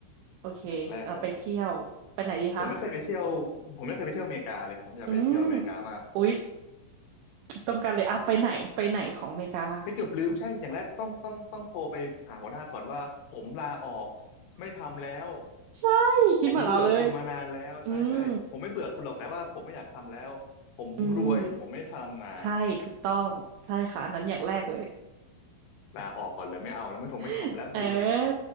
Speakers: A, on the right; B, on the left.
A: โอเคอ่ะไปเที่ยว
B: อย่างแรกผม
A: ไปไหนดีคะ
B: ผมไม่เคยไปเที่ยวผมไม่เคยไปเที่ยวอเมริกาเลยผมอยากไปเที่ยวอเมริกามาก
A: อืมอุ๊ยคิดตรงกันเลยอ่ะไปไหนไปไหนของอเมริกา
B: ให้ยเกือบลืมใช่อย่างแรกต้องต้องต้องโทรไปหาหัวหน้าก่อนว่าผมลาออกไม่ทำแล้ว
A: ใช่ คิดเหมือนเราเลย
B: ผมเบื่อคุณมานานแล้วใช่ใช่ผมไม่เบื่อคุณหรอกแต่ว่าผมไม่อยากทำแล้วผมรวยผมไม่ทำอ่า
A: อืมอืมใช่ถูกต้องใช่ค่ะอันนั้นอย่างแรกเลย
B: ลาออกก่อนเลยไม่เอาแล้วไม่ทงไม่ทำแล้วเบื่อ
A: <laughs> เออ